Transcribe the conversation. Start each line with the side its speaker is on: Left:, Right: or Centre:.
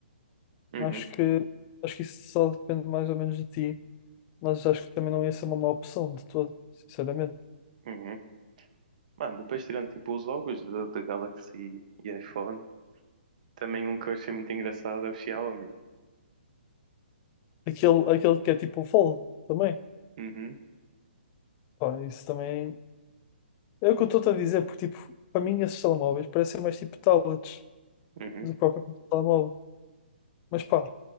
Right: uhum,
Left: Acho que, acho que isso só depende mais ou menos de ti, mas acho que também não ia ser uma má opção de todo, sinceramente.
Right: uhum. Mano, depois tirando tipo os logos da da Galaxy e iPhone, também um que eu achei muito engraçado é o Xiaomi.
Left: Aquele, aquele que é tipo o Fold também,
Right: Uhum,
Left: pá, isso também é é o que eu estou-te a dizer, porque tipo, para mim esses telemóveis parecem mais tipo tablets
Right: uhum.
Left: do próprio telemóvel, mas pá,